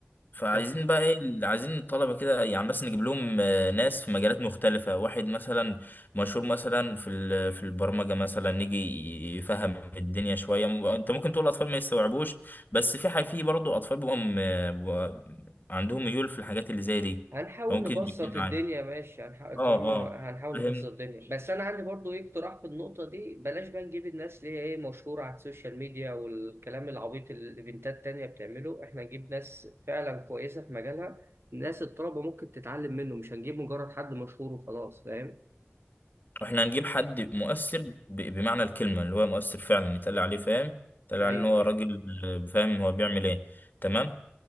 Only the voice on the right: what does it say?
طب
هنحاول
نبسط
الدنيا ماشي هنحاول
طالما
هنحاول
نبسط الدنيا بس انا عندي برضو ايه اقتراح في النقطه دي بلاش بقى نجيب الناس اللي هي ايه مشهوره على السوشيال ميديا والكلام العبيط اللي الايفنتات التانية بتعمله احنا نجيب ناس فعلا كويسه في مجالها ناس الطلبه ممكن تتعلم منه مش هنجيب مجرد حد مشهور وخلاص فاهم
ايوه
ايوه